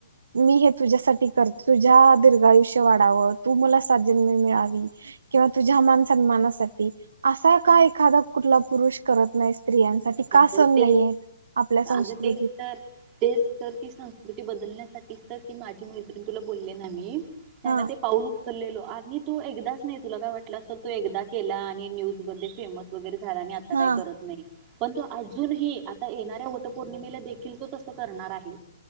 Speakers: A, on the right; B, on the right.
A: मी हे तुझ्यासाठी कर तुझ्या दीर्घयुष्य वाढाव तू मला साथ- किवा तुझ्या मानसन्मासाठी असा एखादा कुठला पुरुष करत नाही स्त्रियांसाठी. का
B: आता
A: सण
B: ते
A: नाहीयेत आपल्या संस्कृतीत
B: अग तेच तर तेच तर ती संस्कृती- बदलण्यासाठीच तर ती माझी मैत्रिण तुला बोलली ना मी. त्यांना
A: हा
B: ते पाऊल उचललेलो आणि तो एकदाच नाही तुला काय वाटलं सल तो एकदा केला आणि न्यूज मध्ये फेमस वगैरे- झाल्याने आता काही
A: हा
B: करत नाही. <unintelligible> अजूनही आता येणाऱ्या वटपौर्णिमेला देखील तो तसं करणार आहे.